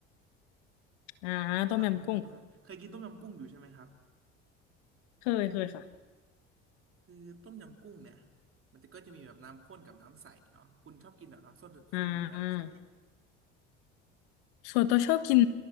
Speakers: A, on the left (about 75°); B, on the right (about 40°).
A: อ่าต้มยำกุ้ง
B: อ่าผมนึกถึงต้มยำเคยกินต้มยำกุ้งอยู่ใช่ไหมครับ
A: เคยเคยค่ะ
B: คือต้มยำกุ้งเนี่ยมันจะก็จะมีแบบน้ำข้นกับน้ำใสเนาะคุณชอบกินแบบน้ำส้มข้นหรือน้ำใส
A: อ่าส่วนตัวชอบกิน